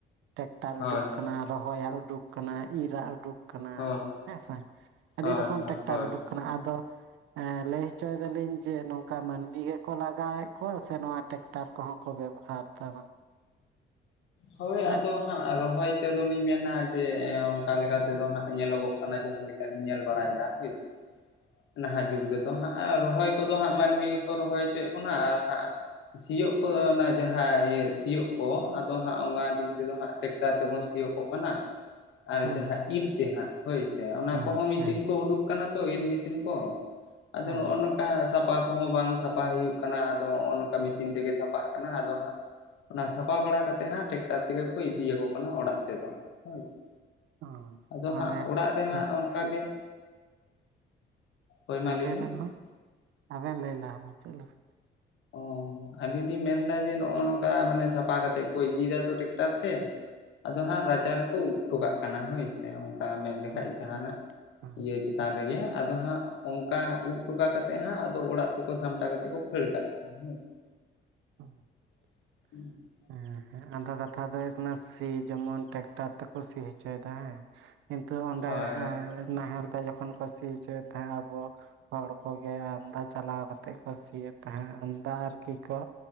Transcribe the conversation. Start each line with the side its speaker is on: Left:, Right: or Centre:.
Right: ᱴᱮᱠᱴᱟᱨ
Left: ᱦᱳᱭ
Right: ᱩᱰᱩᱠ ᱠᱟᱱᱟ ᱨᱚᱦᱚᱭᱟᱜ ᱩᱰᱩᱠ ᱠᱟᱱᱟ ᱤᱨᱟᱜ ᱩᱰᱩᱠ ᱠᱟᱱᱟ
Left: ᱦᱳᱭ
Right: ᱦᱮᱸᱥᱮ ᱟᱹᱰᱤ
Left: ᱦᱳᱭ
Right: ᱨᱚᱠᱚᱢ
Left: ᱦᱳᱭ
Right: ᱴᱮᱠᱴᱟᱨ
Left: ᱦᱳᱭ
Right: ᱩᱰᱩᱠ ᱠᱟᱱᱟ ᱟᱫᱚ ᱮ ᱞᱟᱹᱭ ᱦᱚᱪᱚᱭ ᱫᱟᱞᱤᱧ ᱪᱮᱫ ᱱᱚᱝᱠᱟ ᱢᱟᱹᱱᱢᱤ ᱜᱮᱠᱚ ᱞᱟᱜᱟᱣᱮᱜ ᱠᱚᱣᱟ ᱥᱮ ᱱᱚᱣᱟ ᱴᱮᱠᱴᱟᱨ ᱠᱚᱦᱚᱸ ᱠᱚ ᱵᱮᱵᱦᱟᱨ ᱫᱟ᱾
Left: ᱦᱳᱭ
Right: ᱦᱮᱸ
Left: ᱟᱫᱚ
Right: ᱦᱮᱸ
Left: ᱦᱟᱸᱜ ᱨᱚᱦᱚᱭ ᱛᱮᱫᱚ ᱞᱤᱧ ᱢᱮᱱᱟ ᱡᱮ ᱚᱱᱠᱟ ᱞᱮᱠᱟ ᱛᱮᱫᱚ ᱦᱟᱸᱜ ᱧᱮᱞᱚᱜᱚᱜ ᱠᱟᱱᱟ ᱡᱟᱦᱟᱸ ᱞᱮᱠᱟ ᱞᱤᱧ ᱧᱮᱞ ᱵᱟᱲᱟᱭᱮᱫᱟ ᱦᱳᱭ ᱥᱮ᱾ ᱱᱟᱦᱟᱜ ᱡᱩᱜᱽ ᱛᱮᱫᱚ ᱦᱟᱸᱜ ᱨᱚᱦᱚᱭ ᱠᱚᱫᱚ ᱦᱟᱸᱜ ᱢᱟᱱᱢᱤ ᱜᱮᱠᱚ ᱨᱚᱦᱚᱭ ᱦᱚᱪᱚᱭᱮᱫ ᱵᱚᱱᱟ ᱟᱨ ᱦᱟᱸᱜ ᱥᱤᱭᱳᱜ ᱠᱚᱫᱚ ᱚᱱᱟ ᱡᱟᱦᱟᱸ ᱤᱭᱟᱹ ᱥᱤᱭᱳᱜ ᱠᱚ᱾ ᱚ ᱦᱟᱸᱜ ᱚᱸᱣᱟ ᱫᱤᱜ ᱛᱮᱫᱚ ᱦᱟᱸᱜ ᱴᱮᱠᱴᱟᱨ ᱛᱮᱵᱚᱱ ᱥᱤᱭᱳᱠᱚᱜ ᱠᱟᱱᱟ ᱟᱨ
Right: ᱦᱮᱸ
Left: ᱡᱟᱦᱟᱸ ᱤᱨ ᱛᱮ ᱦᱟᱸᱜ᱾ ᱦᱳᱭ ᱥᱮ ᱚᱱᱟ
Right: ᱦᱮᱸ
Left: ᱠᱚᱦᱚᱸ ᱢᱤᱥᱤᱱ
Right: ᱦᱮᱸ
Left: ᱠᱚ ᱩᱰᱩᱠ ᱠᱟᱱᱟ ᱛᱚ ᱤᱨ ᱢᱤᱥᱤᱱ ᱠᱚ᱾ ᱟᱫᱚ
Right: ᱦᱮᱸ
Left: ᱱᱚᱜ-ᱚ ᱱᱟ ᱚᱱᱠᱟ ᱥᱟᱯᱟ ᱠᱚᱦᱚᱸ ᱵᱟᱝ ᱥᱟᱯᱟ ᱦᱩᱭᱩᱜ ᱠᱟᱱᱟ᱾ ᱟᱫᱚ ᱦᱚᱜ-ᱚ ᱱᱚᱠᱟ ᱢᱤᱥᱤᱱ ᱛᱮᱜᱮ ᱥᱟᱯᱟᱜ ᱠᱟᱱᱟ ᱟᱫᱚ ᱦᱟᱸᱜ ᱚᱱᱟ ᱥᱟᱯᱟ ᱵᱟᱲᱟ ᱠᱟᱛᱮ ᱦᱟᱸᱜ ᱴᱮᱠᱴᱟᱨ ᱛᱮᱜᱮ ᱠᱚ ᱤᱫᱤᱭᱟᱠᱚ ᱠᱟᱱᱟ ᱚᱲᱟᱜ ᱛᱮᱫᱚ ᱦᱳᱭ ᱥᱮ᱾
Right: ᱦᱮᱸ
Left: ᱟᱫᱚ
Right: ᱢᱟᱱᱮ
Left: ᱦᱟᱸᱜ ᱚᱲᱟᱜ ᱨᱮᱦᱟᱸᱜ ᱚᱱᱠᱟ
Right: ᱥᱤ
Left: ᱜᱮ ᱦᱳᱭ ᱢᱟ
Right: ᱦᱮᱸ ᱞᱟᱹᱭ
Left: ᱵᱤᱱ
Right: ᱵᱮᱱ ᱢᱟ᱾ ᱟᱵᱮᱱ ᱞᱟᱹᱭ ᱞᱟᱦᱟ ᱢᱩᱪᱟᱹ ᱞᱮᱵᱮᱱ᱾
Left: ᱚ᱾ ᱟᱞᱤᱧ ᱞᱤᱧ ᱢᱮᱱᱫᱟ ᱡᱮ ᱱᱚᱜ-ᱚ ᱱᱚᱠᱟ ᱢᱟᱱᱮ ᱥᱟᱯᱟ ᱠᱟᱛᱮᱜ ᱠᱚ ᱤᱫᱤᱭᱮᱫᱟ ᱛᱚ ᱴᱮᱠᱴᱟᱨ ᱛᱮ᱾ ᱟᱫᱚ ᱦᱟᱸᱜ ᱨᱟᱪᱟ ᱨᱮᱠᱚ ᱩᱵ ᱴᱚᱠᱟᱜ ᱠᱟᱱᱟ ᱦᱳᱭ ᱥᱮ ᱚᱱᱠᱟ ᱢᱮᱜ ᱞᱮᱠᱷᱟᱡ
Right: ᱟᱪᱪᱷᱟ
Left: ᱡᱟᱦᱟᱱᱟᱜ
Right: ᱦᱮᱸ
Left: ᱤᱭᱟᱹ ᱪᱮ ᱛᱟᱱ ᱨᱮᱜᱮ ᱟᱫᱚ ᱦᱟᱸᱜ ᱚᱱᱠᱟ ᱩᱵ ᱴᱚᱠᱟ ᱠᱟᱛᱮᱜ ᱦᱟᱸᱜ ᱟᱫᱚ ᱚᱲᱟᱜ ᱛᱮᱠᱚ ᱥᱟᱢᱴᱟᱣ ᱠᱟᱛᱮ ᱠᱚ ᱠᱷᱟᱹᱲ ᱠᱟᱜ ᱦᱳᱭ ᱥᱮ᱾
Right: <unintelligible>
Left: <inaudible>
Right: ᱮᱸ ᱦᱮᱸ ᱟᱫᱚ ᱠᱟᱛᱷᱟ ᱫᱚ ᱦᱩᱭᱩᱜ ᱠᱟᱱᱟ ᱥᱤ ᱡᱮᱢᱚᱱ ᱴᱮᱠᱴᱟᱨ ᱛᱮᱠᱚ ᱥᱤ ᱦᱚᱪᱚᱭᱮᱫᱟ ᱦᱮᱸ᱾ ᱠᱤᱱᱛᱩ ᱚᱸᱰᱮ
Left: ᱦᱳᱭ
Right: ᱮ ᱱᱟᱦᱮᱞ ᱛᱮ ᱡᱚᱠᱷᱚᱱ ᱠᱚ ᱥᱤ ᱦᱚᱪᱚᱭᱮᱫ ᱛᱟᱦᱮᱜ ᱟᱵᱚ ᱦᱚᱲ ᱠᱚᱜᱮ ᱟᱢᱫᱟ ᱪᱟᱞᱟᱣ ᱠᱟᱛᱮᱜ ᱠᱚ ᱥᱤᱭᱮᱫ ᱛᱟᱦᱮᱸ᱾ ᱟᱢᱫᱟ ᱟᱨᱠᱤ ᱠᱚ